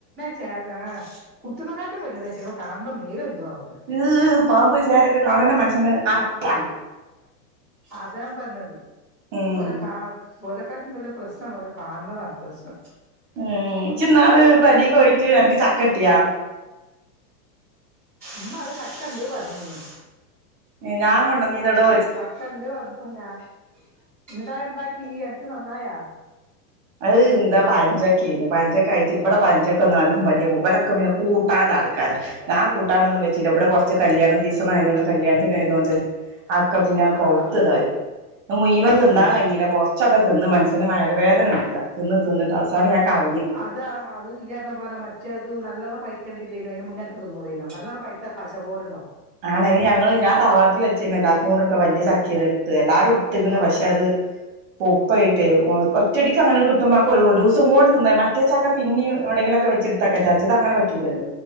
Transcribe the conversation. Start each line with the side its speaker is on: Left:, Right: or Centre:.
Centre: കേ താ കുത്ത്ന കാട്ടിലും വലുതാ ഐറ്റെങളെ കാണുംപം മേല് ന്തോ ആവുന്നേ.
Right: ഹ് പാമ്പ് ചേരൊക്കെ കാണണ് മൻഷന് അറപ്പാണ്.
Centre: അതാ ഞാ പറഞ്ഞത്.
Right: ഉം
Centre: ഓരേ കാ ഒരെക്കാട്ടും വല്യ പ്രശ്നമാണ് ഓരെ കാണ്ന്നതാ പ്രശ്നം.
Right: ഉം ജിന്നാള് പെരീക്കോയിട്ട് അനക്ക് ചക്ക ട്ടിയാ.
Centre: മ്മ അടെ ചക്കണ്ട് പറഞ്ഞീന്.
Right: ഏഹ് ഞാം കൊണ്ടേന്നീന്യ ടോ.
Centre: ചക്കണ്ട് പറഞ്ഞപ്പോ ഞാ ഇന്നട്ടാ ന്താക്കി അനക്ക് നന്നായാ.
Right: അഹ് ന്താ പയഞ്ചക്കേന്ന്. പയഞ്ചക്ക ആയിട്ട് ഇവിടെ പയഞ്ചക്ക ഒന്നും ആർക്കും വലിയ കൂബലൊക്കെ പിന്നെ കൂട്ടാന്റെ ആൾക്കാരാ. ഞാം കൂട്ടാനൊന്നും വെച്ചില്ല. വടെ കുറച്ച് കല്യാണ സീസണായതൊണ്ട് കല്യാണത്തിന് ആയതൊണ്ട് ആക്കെ പിന്നെ പൗത്ത്
Centre: ആള്ളോ
Right: തായി. മുയ് വൻ തിന്നാൻ
Centre: തന്നെ
Right: കയ്ഞ്ഞില്ല കൊറ ച്ചൊക്കെ തിന്ന് മൻസ്സന് വയറ് വേദന ടുക്ക്വാ. തിന്ന് തിന്നിട്ട് അവസാനം ഞാൻ കളഞ്ഞു.
Centre: ഇത് അത് ഈ പറഞ്ഞ പോല മറ്റേത് നല്ലോണ്ണം പൈക്കേണ്ടില്ലേനു. അയ്ന് മുന്നെ അനക്ക് തിന്നൂടേനോ. നല്ലോണം പൈത്ടാ പശ പോലെ ണ്ടാവും.
Right: ആണ്. ഐന് ഞങ്ങള് ഞാൻ തറവാട്ടിലെച്ചെന്ന് എല്ലാർക്കും കൂടെടുക്ക. വലിയ ചക്കേന്ന് ടുത്തേ എല്ലാരും എട്ത്തുക്കണ്. പക്ഷെ അത് പൗപ്പായിട്ടേ. ഒഹ് ഒറ്റടിക്ക് അങ്ങനെ കിട്ടുമ്പോ ഒരൂസം കോണ്ട് ത് ന്നാ മറ്റേ ചക്ക പിന്നേം എവിങ്കിലൊക്കെ വെച്ച് ടുത്തക്ക വിചാരിച്ച്. ഇതങ്ങനെ പറ്റൂലല്ലോ.